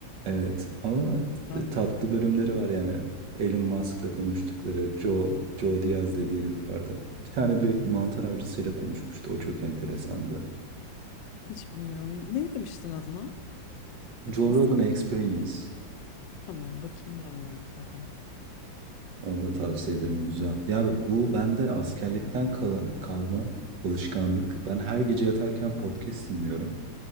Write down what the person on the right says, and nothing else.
Evet ama
tatlı bölümleri var yani. Elon Musk'la konuştukları Joe, Joe Diaz diye bir herif vardı. Bir tane bir mantar avcısıyla konuşmuştu. O çok enteresandı.
Joe Rogan Experience.
Onu da tavsiye ederim. Güzel. Ya bu bende askerlikten kalan, kalma alışkanlık.
Ben her gece yatarken podcast dinliyorum.